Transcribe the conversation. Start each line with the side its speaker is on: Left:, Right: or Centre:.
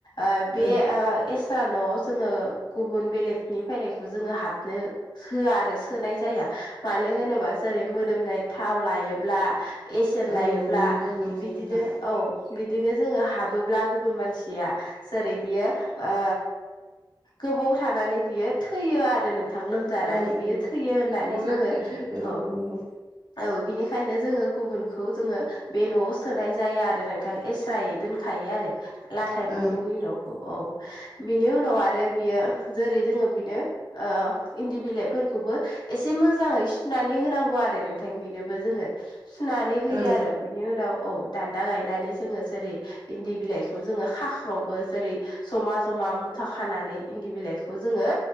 Left: ओ बे
Right: औ
Left: ओ एस्रा न'आव जोङो गुबुन बेलेगनि फैनायखौ जोङो हाबनो होआ आरो सोनाय जाया मानो होनोबा जेरै मोदोमनाय थाव लायोब्ला एसेयन
Right: औ
Left: लायोब्ला
Right: नंगौ नंगौ
Left: बिदिनो
Right: नोंथां
Left: औ बिदिनो जोङो हाबोब्ला गुबुन मानसिया जेरै बियो ओ गोबाव थानानै बियो थैयो आरो नोंथां लोम जानानै
Right: औ
Left: बियो
Right: नंगौ
Left: थैयो होननानै
Right: एम्फौ
Left: जोङो
Right: लाथाया थैयो
Left: औ
Right: नंगौ
Left: औ बिनिखायनो जोङो गुबुनखौ जोङो बे न'आव सोनाय जाया आरो नोंथां एस्रायै दोनखायो आरो लाथा एम्फौनि
Right: औ
Left: न'खौ औ बिनि उनाव आरो बियो जेरै जोङो बिनो इन्दि बिलाइफोरखौबो एसे मोजाङै सुनानै होनांगौ आरो नोंथां बेनोबो जोङो सुनानै होयो
Right: औ
Left: आरो बिनि उनाव औ दान्दा गायनानै जोङो जेरै इन्दि बिलाइखौ जोङो खाख्रावबो जेरै जमा जमा मुथा खानानै इन्दि बिलाइखौ जोङो